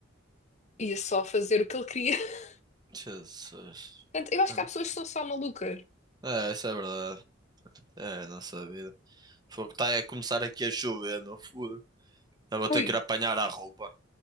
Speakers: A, on the left (about 35°); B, on the right (about 20°).
A: ia só fazer o que ele queria. <laughs>
B: Jesus.
A: Portanto, eu acho
B: Mano,
A: que há pessoas que são só malucas.
B: É, isso é verdade. É, a nossa vida. Fogo, tá a começar aqui a chover, meu fogo. Eu vou ter
A: Ui,
B: que ir apanhar a roupa.